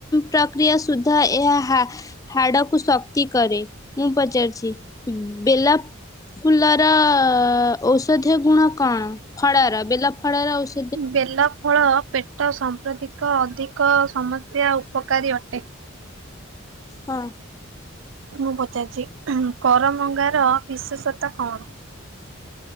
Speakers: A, on the left; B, on the right.
A: ପ୍ରକ୍ରିୟା ସୁଦ୍ଧା ଏହା ହା ହାଡକୁ ଶକ୍ତି କରେ ମୁଁ ପଚାରୁଚି ବେଲପ୍ ଫୁଲର ଔଷଧୀୟ ଗୁଣ କଣ ଫଳର ବେଲ ଫଳର ଔଷ୍
B: ବେଲଫଳ ପେଟ ସଂପ୍ରତିକ ଅଧିକ ସମସ୍ୟା ଉପକାରୀ ଅଟେ।
A: ହଁ।
B: ମୁଁ ପଚାରିଚି କରମଙ୍ଗାର ବିଶେଷତା କଣ?